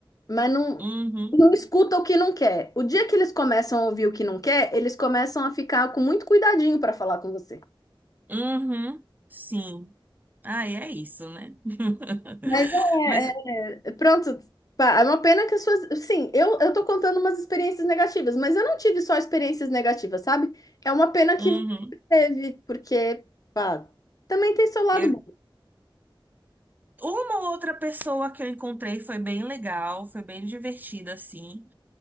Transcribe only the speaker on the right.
uhum,
uhum, sim. Aí é isso, né? <laughs>
Mas,
uhum.
Eu,
Uma ou outra pessoa que eu encontrei foi bem legal, foi bem divertida, assim.